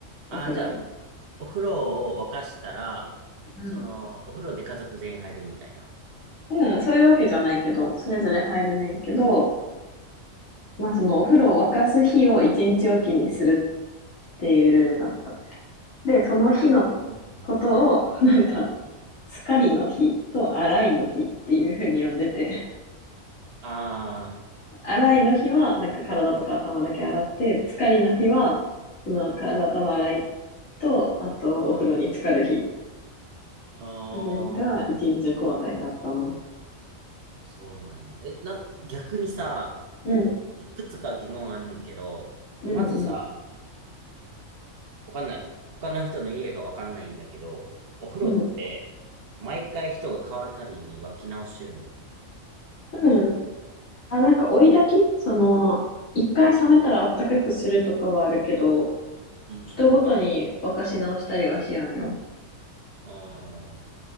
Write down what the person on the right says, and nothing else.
あ、じゃあ、お風呂を沸かしたら、
その、お風呂で家族全員入るみたいな。
うんうん。
あ
あ、あ、ああ、
そうなんや。え、なんか、逆にさ、
いくつか疑問あんねんけど、
まずさ、わかんない。他の人の家がわかんないんだけど、お風呂って、
毎回人が変わるたびに沸き直してるの。
うんうん
うん。ああ、